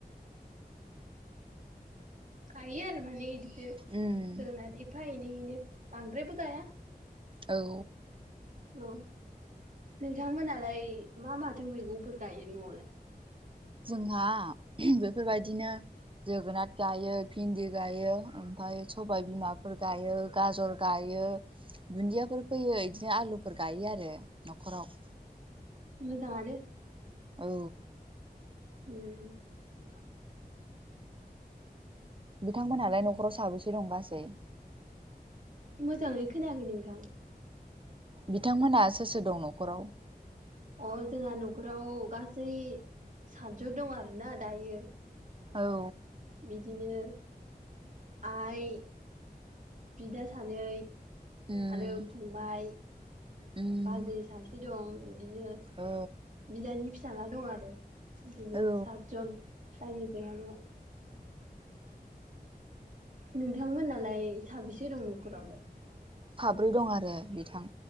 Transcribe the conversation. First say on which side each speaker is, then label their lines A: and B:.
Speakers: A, on the right; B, on the right.
A: गायो आरो माने इदिनो
B: उम
A: जोगोनाद एफा एनैयैनो बांद्रायबो गाया
B: औ
A: औ नोंथांमोनालाय मा माथो मैगंफोर गायो न'आवलाय
B: जोंहा बेफोरबायदिनो जोगोनाद गायो भिन्दि गायो ओमफाय सबाय बिमाफोर गायो गाजर गाय यो दुन्दियाफोर फैयो इदिनो आलुफोर गायो आरो न'खराव
A: मोजांआनो
B: औ
A: उम
B: बिथांमोनहालाय न'खराव साबैसे दंगासै
A: मोजाङै खोनायाखै नोंथां
B: बिथांमोनआ सोर सोर दं न'खराव
A: अ जोंङा न'खराव गासै सातजौ दं आरोना दायो
B: औ
A: बिदिनो आइ बिदा सानै
B: उम
A: आरो फंबाय
B: उम
A: बाजै सासे दं इदिनो
B: औ
A: बिदानि फिसाला दं आरो इदिनो
B: औ
A: सातजन जायो जोंङा न'आव नोंथांमोनालाय साबेसे दं न'खरावलाय
B: ब्रै दं आरो बिथां